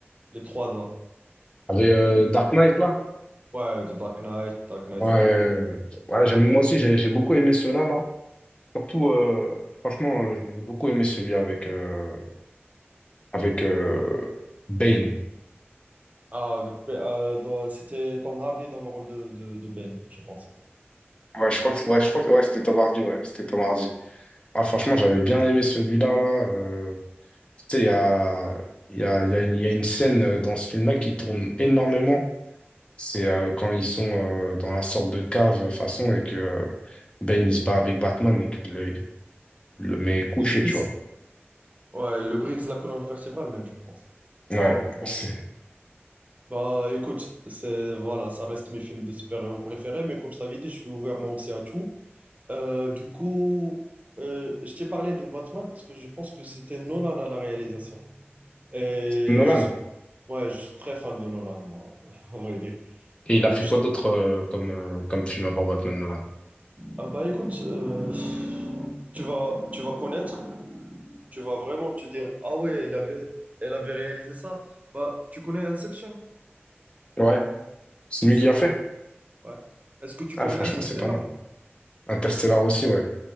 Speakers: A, on the right; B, on the left.
A: les trois là.
B: avec euh, Dark Knight là
A: Ouais, The Dark Knight, Dark Knight
B: ouais
A: Rises,
B: euh, ouais j'aime moi aussi j'ai j'ai beaucoup aimé ceux-là là surtout euh, franchement euh, j'ai beaucoup aimé celui avec euh, avec euh, Bane
A: Ah, avec, euh, dans- c'était Tom Hardy dans le rôle de, de, de Ben, je pense.
B: ouais je crois que ouais je crois que ouais c'était Tom Hardy ouais c'était Tom Hardy Ah, franchement, j'avais bien aimé celui-là, là. euh, Tu sais, il y a, il y a, il y a une, il y a une scène euh, dans ce film-là qui tourne énormément. C'est euh, quand ils sont euh, dans la sorte de cave, euh, façon, et que euh, Bane, il se bat avec Batman et qu'il le, le met couché,
A: Brise.
B: tu vois.
A: Ouais, il le brise la colonne vertébrale même, je pense.
B: Ouais,
A: Enfin bon, bon.
B: c'est
A: Bah écoute, c'est voilà, ça reste mes films de super-héros préférés, mais comme je t'avais dit, je suis ouvert moi aussi à tout. Euh, du coup, euh, je t'ai parlé de Batman parce que je pense que c'était Nolan à la réalisation. Et
B: Nolan.
A: je suis, ouais, je suis très fan de Nolan, moi, <laughs> on va dire.
B: Et il a
A: Euh,
B: fait
A: je-
B: quoi d'autre euh, comme, euh, comme film avant Batman, Nolan?
A: ah bah écoute, euh, tu vas, tu vas connaître, tu vas vraiment te dire, ah ouais, elle avait, elle avait réalisé ça. Bah, tu connais Inception?
B: Ouais, c'est
A: C'est
B: lui qui a
A: Nolan,
B: fait.
A: ouais. Est-ce que tu
B: Ah,
A: connais
B: franchement,
A: Interstellar?
B: c'est pas mal. Interstellar aussi, ouais.